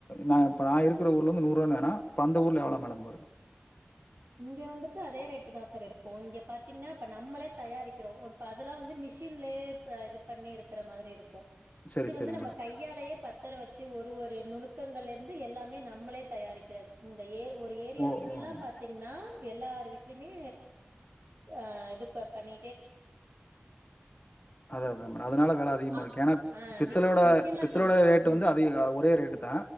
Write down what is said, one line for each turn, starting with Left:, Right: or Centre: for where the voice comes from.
Left: நா இப்ப நா இருக்கற ஊர்ல வந்து நூறுவானானா இப்ப அந்த ஊர்ல எவ்ளோ மேடம் வரும்
Right: இங்க வந்துட்டு அதே ரேட்டு தா சார் இருக்கும் இங்க பாத்தீங்கன்னா இப்ப நம்மளே தயாரிக்கிறோ ஒன் பாத் அதல்லா வந்து மிஷின்லே இது பண்ணி இருக்கற மாதிரி இருக்கும்
Left: சரி
Right: இது
Left: சரி
Right: வந்து நம்ம
Left: மேடம்
Right: கையாலேயே பத் தர வச்சி ஒரு ஒரு நுணுக்கங்களருந்து எல்லாமே நம்மளே தயாரி க்கிறது இந்த ஏர் ஒரு ஏரியா
Left: ஓ
Right: ஃபுல்லா
Left: ஓ ஓ.
Right: பாத் தீங்ன்னா எல்லார் வீட்லயுமே ஆ இது க பண்ணி
Left: அதா அதா மேடம் அதனால வெல அதிகமா
Right: ஆ
Left: இருக்கு ஏன்னா ப்
Right: ஆ
Left: பித்தளயோட
Right: மி மிஷின்ல
Left: பித் தளயோட
Right: பண்
Left: ரேட்டு
Right: ம்
Left: வந்து அதிக ஒரே ரேட்டு தா